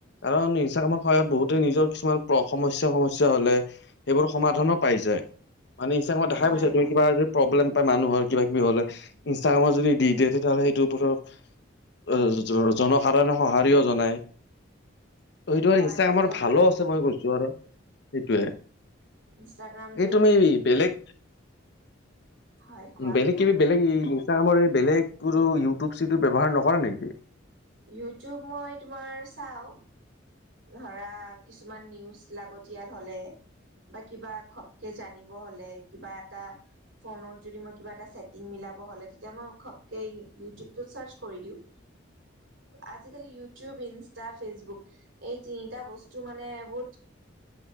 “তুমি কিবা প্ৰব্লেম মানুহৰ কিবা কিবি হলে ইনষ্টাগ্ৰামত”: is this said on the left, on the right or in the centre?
Left